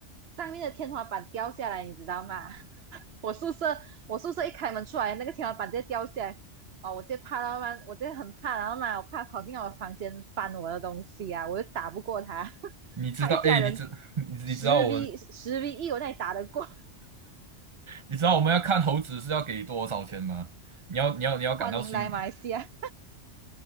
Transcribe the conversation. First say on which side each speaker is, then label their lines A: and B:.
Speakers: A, on the right (about 60°); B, on the right (about 45°).
A: 上面的天花板掉下来，你知道吗？<laughs> 我宿舍我宿舍一开门出来，那个天花板直接掉下来，哦，我直接怕到嘛，我直接很怕，然后嘛，我怕跑进我的房间翻我的东西啊，我就打不过他，<laughs>
B: 你知道，
A: 他一家人
B: 哎，你知 <laughs> 你你知道我们
A: 十 v 十 v 一，我那里打得过，
B: 你知道我们要看猴子是要给多少钱吗？你要你要你要感到心，
A: <laughs> 欢迎来马来西亚。